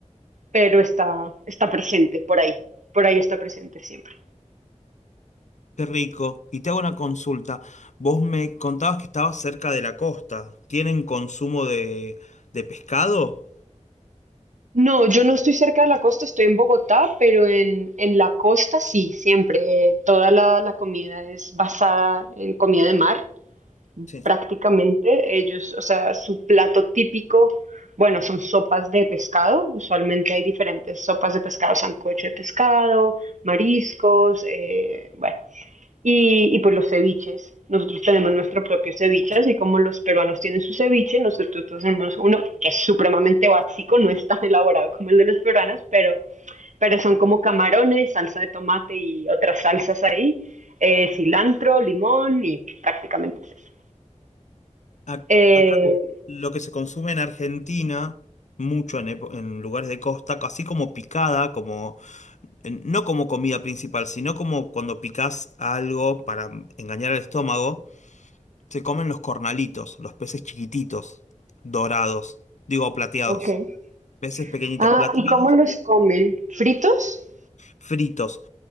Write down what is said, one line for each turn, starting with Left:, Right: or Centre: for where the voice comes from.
Right: pero está, está presente por ahí, por ahí está presente siempre.
Left: Qué rico. Y te hago una consulta. Vos me contabas que estabas cerca de la costa. ¿Tienen consumo de, de pescado?
Right: No, yo no estoy cerca de la costa, estoy en Bogotá, pero en, en la costa sí, siempre. eh, toda la, la comida es basada en comida de mar,
Left: Sí.
Right: prácticamente. Ellos, o sea, su plato típico, bueno, son sopas de pescado. Usualmente hay diferentes sopas de pescado, sancocho de pescado, mariscos, eh, bueno, y, y pues los ceviches. Nosotros tenemos nuestro propio ceviche, así como los peruanos tienen su ceviche, nosotros tenemos uno que es supremamente básico, no es tan elaborado como el de los peruanos, pero, pero son como camarones, salsa de tomate y otras salsas ahí, eh, cilantro, limón y prácticamente es eso.
Left: Ac-
Right: Eh,
Left: Acá lo que se consume en Argentina, mucho en, epo- en lugares de costa, así como picada, como en- no como comida principal, sino como cuando picás algo para engañar al estómago, se comen los cornalitos, los peces chiquititos, dorados, digo plateados,
Right: ok.
Left: peces pequeñitos
Right: Ah,
Left: plateados,
Right: ¿y cómo los comen? ¿Fritos?
Left: fritos.